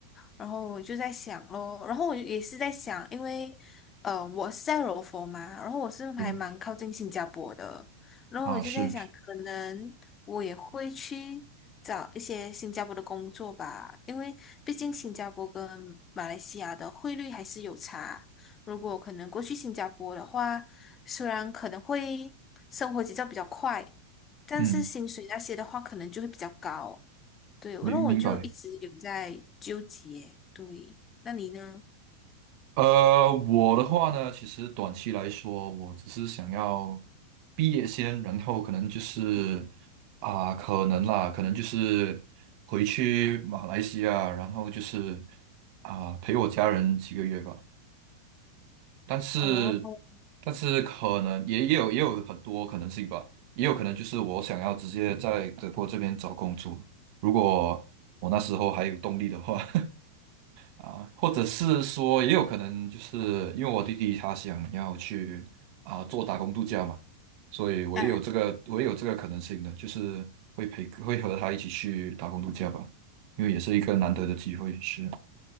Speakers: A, on the left; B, on the right.
A: 然后我就在想咯，然后我也是在想，因为呃，我是在柔佛嘛，然后我是还蛮靠近新加坡的，
B: 对
A: 然后我就在想，
B: 啊，是，是
A: 可能我也会去找一些新加坡的工作吧，因为毕竟新加坡跟马来西亚的汇率还是有差。如果可能过去新加坡的话，虽然可能会生活节奏比较快，但是薪水那些的话，
B: 嗯，
A: 可能就会比较高。对，然后我就一直有在纠结。
B: 明明白。
A: 对，那你呢？
B: 呃，我的话呢，其实短期来说，我只是想要毕业先，然后可能就是啊、可能啦，可能就是回去马来西亚，然后就是啊、陪我家人几个月吧。但是，
A: 哦，
B: 但是可能也也有也有很多可能性吧，也有可能就是我想要直接在德国这边找工作，如果我那时候还有动力的话。<laughs> 啊，或者是说，也有可能就是因为我弟弟他想要去啊做打工度假嘛，所以我也有这个，
A: 啊，
B: 我也有这个可能性的，就是会陪，会和他一起去打工度假吧，因为也是一个难得的机会，是，